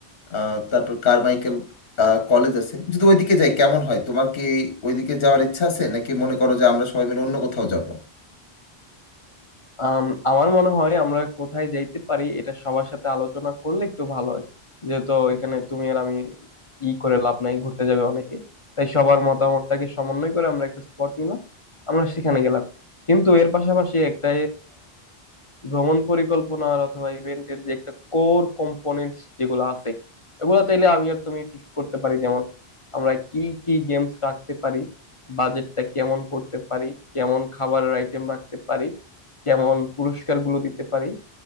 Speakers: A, on the left; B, on the left.
A: আহ, তারপর কারমাইকেল আহ, কলেজ আছে যদি ওইদিকে যাই কেমন হয় তোমার কি ওইদিকে যাওয়ার ইচ্ছা আছে নাকি মনে করো যে আমরা সবাই মিলে অন্য কোথাও যাব
B: আম, আমার মনে হয় আমরা কোথায় যাইতে পারি এটা সবার সাথে আলোচনা করলে একটু ভালো হয় যেহেতু এখানে তুমি আর আমি ই করে লাভ নাই ঘুরতে যাবে অনেকে তাই সবার মতামতটাকে সমন্বয় করে আমরা একটা স্পট নিলাম আমরা সেখানে গেলাম কিন্তু এর পাশাপাশি একটা ভ্রমণ পরিকল্পনার অথবা ইভেন্টের যে একটা কোর কম্পোনেন্ট যেগুলো আছে এগুলো চাইলে আমি আর তুমি ফিক্স করতে পারি যেমন আমরা কি কি গেমস রাখতে পারি বাজেটটা কেমন করতে পারি কেমন খাবারের আইটেম রাখতে পারি কেমন পুরস্কারগুলো দিতে পারি